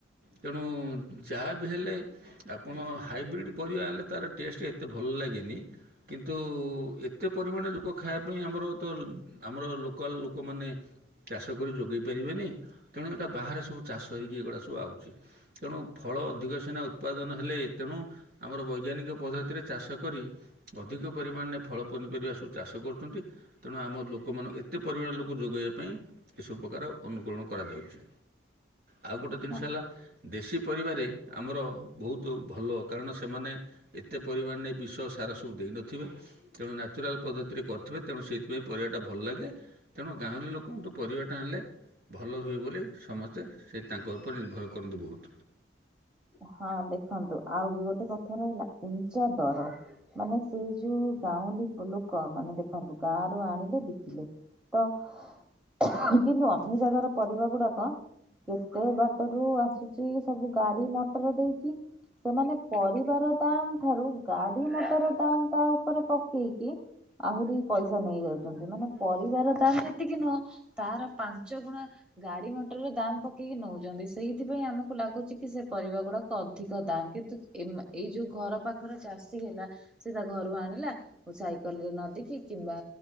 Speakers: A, on the right; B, in the centre.
A: ତେଣୁ ଯାହା ବି ହେଲେ ଆପଣ ହାଇବ୍ରିଡ଼୍ ପରିବା ଆଣିଲେ ତାର ଟେଷ୍ଟ ଏତେ ଭଲ ଲାଗେନି। କିନ୍ତୁ ଏତେ ପରିମାଣ ଲୋକ ଖାଇବା ପାଇଁ ଆମର ତ ଆମର ଲୋକାଲ୍ ଲୋକମାନେ ଚାଷ କରି ଯୋଗେଇ ପାରିବେନି। ତେଣୁ ଏଟା ବାହାରେ ସବୁ ଚାଷ ହେଇକି ଏଗୁଡ଼ା ସବୁ ଆଉଚି। ତେଣୁ ଫଳ ଅଧିକ ସିନା ଉତ୍ପାଦନ ହେଲେ, ତେଣୁ ଆମର ବୈଜ୍ଞାନିକ ପଦ୍ଧତିରେ ଚାଷ କରି ଅଧିକ ପରିମାଣରେ ଫଳ ପନିପରିବା ସୁ ଚାଷ କରୁଛନ୍ତି ତେଣୁ ଆମ ଲୋ ଲୋକମାନଙ୍କୁ ଏତେ ପରିମାଣରେ ଲୋକ ଯୋଗେଇବା ପାଇଁ ଏସବୁ ପ୍ରକାର ଅନୁକରଣ କରାଯାଉଛି। ଆଉ ଗୋଟେ ଦେନିଷ
B: ହଁ
A: ହେଲା ଦେଶୀ ପରିବାରେ ଆମର ବହୁତ ଭଲ କାରଣ ସେମାନେ ଏତେ ପରିମାଣରେ ବିଷ ସାର ସ ସବୁ ଦେଇନଥିବେ ତେଣୁ ନ୍ୟାଚୁରାଲ୍ ପଦ୍ଧତିରେ କର ଥିବେ ତେଣୁ ସେଇଥିପାଇଁ ପରିବାଟା ଭଲ ଲାଗେ। ତେଣୁ ଗାଉଁଲି ଲୋକଙ୍କୁଠୁ ପରିବାଟା ଆଣିଲେ ଭଲ ହୁଏ ବୋଲି ସମସ୍ତେ ସେ ତାଙ୍କ ଉପ ଉପରେ ନିର୍ଭର କରନ୍ତି ବହୁତ।
B: ହଁ ଦେଖନ୍ତୁ ଆଉ ବି ଗୋଟେ କଥା ରହିଲା ଉଞ୍ଚା ଦର ମାନେ ସେ ଯୋଉ ଗାଉଁଲି ଲୋକ ମାନେ ଦେଖନ୍ତୁ ଗାଁ ରୁ ଆଣିଲେ ବିକିଲେ। ତ କିନ୍ତୁ ଅନ୍ୟ ଜାଗାର ପରିବା ଗୁଡାକ କେତେ ବାଟ ରୁ ଆସୁ ଚି, ସବୁ ଗାଡି ମଟର ଦେଇକି ସେମାନେ ପରିବାର ଦାମ ଠାରୁ ଗାଡି ମଟର ଦାମ୍ ତା ଉପରେ ପକେଇକି ଆହୁରି ପଇସା ନେଇଯାଉଛନ୍ତି। ମାନେ ପରିବାର ଦାମ ଯେତିକି ନୁହଁ। ତାର ପାଞ୍ଚ ଗୁଣା ଗାଡି ମଟରରେ ଦାମ ପକେଇକି ନଉଛନ୍ତି। ସେଇଥିପାଇଁ ଆମ କୁଲାଗୁଛି କି ସେ ପରିବା ଗୁଡାକ ଅଧିକ ଦାମ୍। କିନ୍ତୁ ଏଇ ମା ଏଇ ଯୋଉ ଘର ପାଖରେ ଚାଷୀ ହେଲା ସେ ତା ଘରୁ ଆଣିଲା। ସାଇକଲରେ ନଦିକି କିମ୍ବା